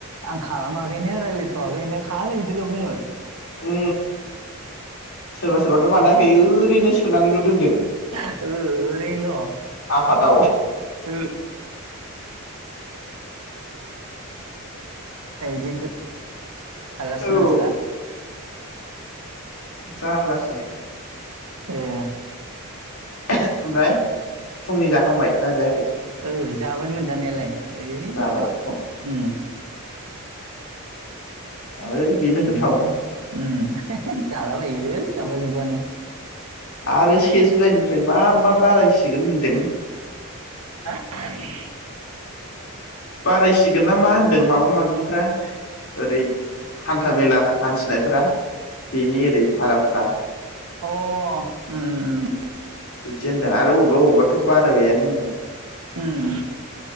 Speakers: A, on the right; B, on the left.
A: आं खालामाखैनो रायज्लायथ'वाखैनो खालै बिदिल' बुङो।
B: उ सोरबा सोरबाथ' बानायाखै ओ ओरैनो सोनानैल' दोनदों
A: ओ ओरैनोल'
B: आफादाव।
A: ओ एद आरो रसिनि
B: औ
A: हास दा
B: जारलासो
A: ए
B: ओमफ्राय फुंनि जाखांबाय ना जायाखै?
A: ओ जाबाय मोनजानायालाय ओइ
B: जाबाय
A: माबा
B: फुं
A: ओम
B: ओइ बेनो
A: बिदिनो
B: गोथाव
A: उम जालाबायो जाबा जुब्बानो
B: आरो से जुलाइनिफ्राय मा मा बारायसिगोन होनदों?
A: <inaudible>
B: बाराय मिसिगोन ना मा होन्दों माबा माबिफ्रा ओरै हान्थाामेला हान्थिनायफोरा बेनि ओरै भाराफ्रा
A: अ ओम ओम
B: बिसे होनदों आरो अबेबा अबेबा आथ' बारा बेैयानो होनदों।
A: उम